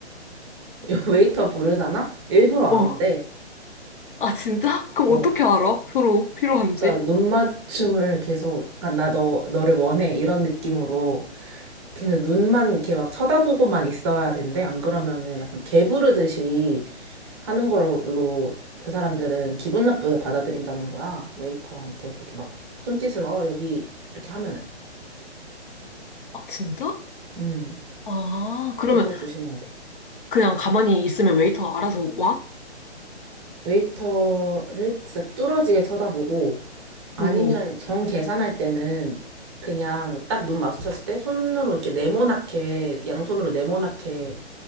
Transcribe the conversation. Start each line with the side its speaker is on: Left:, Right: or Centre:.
Right: <laughs> 웨이터 부르잖아? 일부러 안
Left: 어.
Right: 온대.
Left: 아, 진짜? 그럼
Right: 어.
Left: 어떻게 알아? 서로 필요한지?
Right: 그러니까 눈 맞춤을 계속, 그러니까 나 너, 너를 원해. 이런 느낌으로 계속 눈만 이렇게 막 쳐다보고만 있어야 된대. 안 그러면은 약간 개 부르듯이 하는 걸로 그 사람들은 기분 나쁘게 받아들인다는 거야. 웨이터한테 그렇게 막 손짓을, 어, 여기 이렇게 하면은.
Left: 아, 진짜?
Right: 음,
Left: 아, 그러면
Right: 그거 조심해야 돼.
Left: 그냥 가만히 있으면 웨이터가 알아서 와?
Right: 웨이터를 진짜 뚫어지게 쳐다보고, 아니면
Left: 응.
Right: 정 계산할 때는 그냥 딱 눈 마주쳤을 때 손으로 이렇게 네모나게 양손으로 네모나게